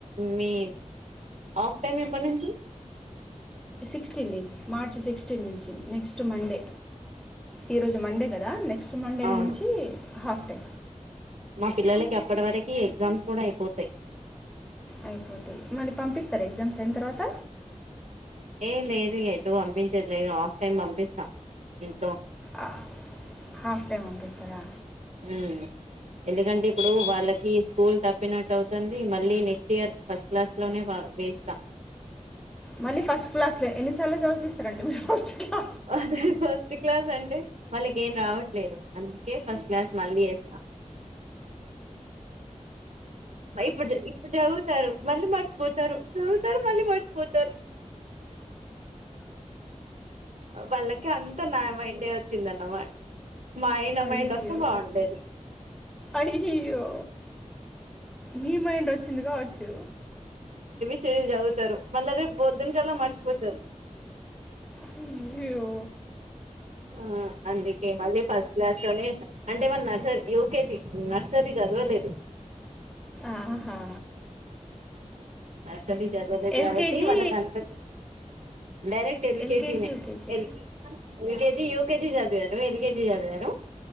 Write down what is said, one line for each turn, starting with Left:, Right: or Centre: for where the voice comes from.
Right: మీ ఆఫ్ టైమ్ ఎప్పడ్ నుంచి
Centre: సిక్స్టీన్ నీ మార్చ్ సిక్స్టీన్ నుంచి నెక్స్ట్ మండే ఈరోజు మండే గదా నెక్స్ట్ మండే
Right: అవును
Centre: నించి హాఫ్ డే
Right: మా పిల్లలకి అప్పట వరకి ఎగ్జామ్స్ గుడ అయిపోతై
Centre: అయిపోతాయి మళ్ళీ పంపిస్తర ఎగ్జామ్స్ అయిన తర్వాత
Right: ఏ లేదు ఎటు అంపించేది లేదు హాఫ్ టైమ్ పంపిస్తా ఇమ్
Centre: ఆ హాఫ్ టైమ్ పంపిస్ కరా
Right: ఊ ఎందుకంటే ఇప్పుడు వాళ్ళకి స్కూల్ తప్ ప్పినట్ అవుతాంది మళ్ళీ నెక్స్ట్ ఇయర్ ఫస్ట్ క్లాస్ లోనే వా వేచ్తా
Centre: మళ్ళీ ఫస్ట్ క్లాస్లే ఎన్నిసార్లు చదువ్ పిస్తరండి మీరు ఫస్ట్ క్లా
Right: అదే ఫస్ట్ క్లాస్ అంటే వాళ్ళకి ఏం రావట్లేదు అందుకే ఫస్ట్ క్లాస్ మళ్ళీ ఏస్తా బై ఇప్పుడ్ జ ఇప్పుడు జదువుతారు మళ్ళీ మర్చిపోతారు చూ టరు మళ్ళీ మర్చిపోతారు ఆ వళ్ళకి అంత నా మైండే వచ్చిందన్నమాట్ మా అయన
Centre: అయ్యో
Right: మైండ్ ఒస్తే బావుండేది
Centre: అయ్యో మీ మైండ్ ఒచ్చింది గావచ్చు
Right: సీడిల్ జదువుతారు మళ్ళ రెప్ పొద్దున్ కళ్ళ మర్చిపోతరు
Centre: హయ్యో
Right: ఆ అందికే మళ్ళి ఫస్ట్ క్లాస్ లోనే ఏస్తా అంటే మన నర్సర యువకేజ నర్సరీ చదవలేదు
Centre: ఆహా
Right: బర్సలి చదవలేదు
Centre: ఎల్కేజీ
Right: కాబట్టి వాళ్ళ కంత డైరెక్ట్ ఎల్కేజీల్
Centre: ఎల్కేజీ యూకేజీ
Right: ఎల్కజ ది యూ కేజది జా ఎల్ కేజీ గారు